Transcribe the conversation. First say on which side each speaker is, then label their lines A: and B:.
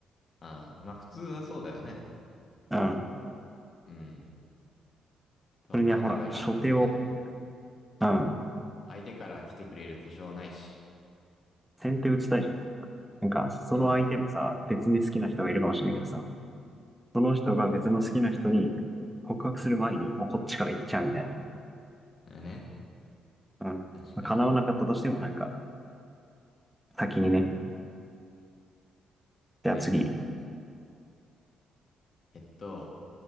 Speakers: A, on the left; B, in the centre.
A: ああ、まあ普通はそうだよね。
B: ら。うん。
A: うん。そう、
B: それにはほら、
A: 相手からね、
B: 初手を、うん。
A: 相手から来てくれる保証ないし。
B: 先手打ちたいじゃん。なんか、その相手もさ、
A: うん。
B: 別に好きな人がいるかもしれないけどさ、その人が別の好きな人に告白する前に、もうこっちから行っちゃうみたいな。
A: だよね。
B: うん。
A: 確かに。
B: まあ叶わなかったとしてもなんか、先にね。じゃあ次。
A: うん。えっと、